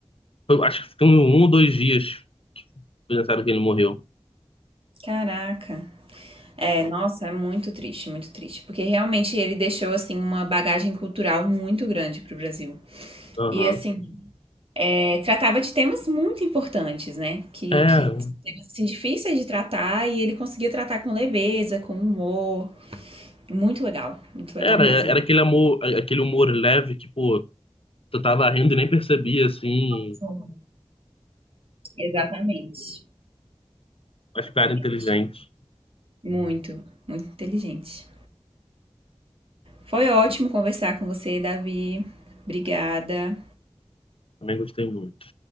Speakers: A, on the left; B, on the right.
A: Foi- acho que ficou um ou dois dias que pensaram que ele morreu.
B: Caraca. É, nossa, é muito triste, muito triste, porque realmente ele deixou assim uma bagagem cultural muito grande para o Brasil.
A: Aham.
B: E assim, é, tratava de temas muito importantes, né? Que,
A: É,
B: que temas assim, difíceis de tratar e ele conseguia tratar com leveza, com humor. Muito legal, muito legal
A: era,
B: mesmo.
A: era aquele amor, aquele humor leve que, pô, tu tava rindo e nem percebia, assim,
B: Sim. Exatamente,
A: mas
B: exatamente.
A: cara inteligente.
B: Muito, muito inteligente. Foi ótimo conversar com você, Davi. Obrigada.
A: Também gostei muito.